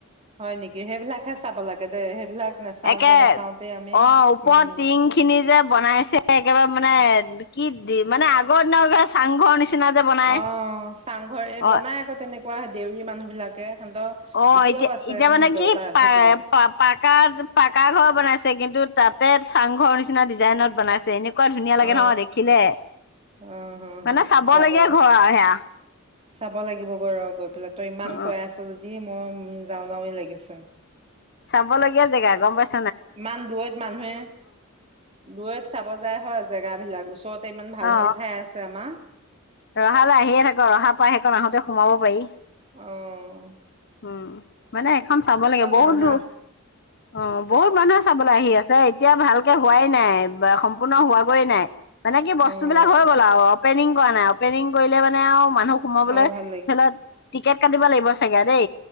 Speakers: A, on the right (about 30°); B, on the left (about 50°).
A: হয় নেকি সেইবিলাকহে চাব লাগে দে সেইবিলাক। নাচাওঁতে
B: একে
A: নাচাওঁতে আমি
B: অ ওপৰত
A: উম
B: টিং খিনি যে বনাইছে। একেবাৰে মানে কি দি মানে আগৰ দিনৰ চাংঘৰ নিচিনা। যে বনাই
A: অ চাংঘৰ এই
B: অ
A: বনাই আকৌ তেনেকুৱা দেউৰী মানুহ। বিলাকে সিহঁতৰ
B: অ
A: এতিয়াও
B: এতিয়া
A: আছে
B: এতিয়া
A: সিহঁতৰ
B: মানে কি
A: তাৰ
B: পা
A: সেইপিনে
B: পাকাত পাকা ঘৰ বনাইছে কিন্তু তাতে চাংঘৰ নিচিনা ডিজাইনত বনাইছে। এনেকুৱা ধুনীয়া লাগে
A: অ
B: নহয় দেখিলে
A: আহ
B: মানে চাবলগীয়া
A: যাব
B: ঘৰ আৰু সেয়া
A: চাব লাগিব গ অ গৈ পেলাই তই ইমান
B: উ
A: কৈ আছ যদি। মই যাওঁ যাওঁৱেই লাগিছে।
B: চাবলগীয়া জেগা গম পাইছ।
A: ইমান দূুৰৈত মানুহে দূৰৈত চাব যায় হয় জেগা বিলাক ওচৰতে ইমান ভাল
B: অ
A: ভাল ঠাই আছে আমাৰ।
B: ৰহালৈ আহিয়ে থাক ৰহা পাই হেকন আহোঁতে। সোমাব পাৰি।
A: অঁ
B: উম মানে এইখন চাব লাগে বহুত
A: যাম
B: দূৰ
A: ৰাস
B: অ বহুত মানুহে চাবলৈ আহি আছে। এতিয়া ভালকে হোৱাই নাই বা সম্পূৰ্ণ হোৱাগৈয়ে নাই। মানে কি বস্তু
A: অ'
B: বিলাক হৈ গ'ল আৰু অপেনিং। কৰা নাই অপেনিং কৰিলে মানে আৰু। মানুহ সোমাবলৈ
A: আৰু ভাল
B: ধৰি লক টিকেট কাটিব লাগিব চাগে।